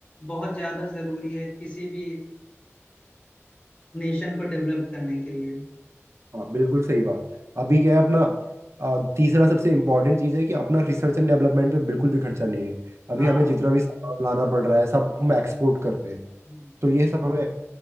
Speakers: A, on the left; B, on the right.
A: बहुत ज्यादा जरूरी है किसी भी नेशन को डेवलप करने के लिए
B: हाँ बिल्कुल सही बात अभी क्या है अपना आ, तीसरा सबसे इम्पोर्टेंट चीज़ है कि अपना रिसर्च एंड डेवलपमेंट पे बिल्कुल भी खर्चा नहीं है अभी
A: हाँ
B: हमें जितना भी सामान लाना पड़ रहा है सब हम एक्सपोर्ट कर रहे हैं
A: हम्म,
B: तो ये सब हमें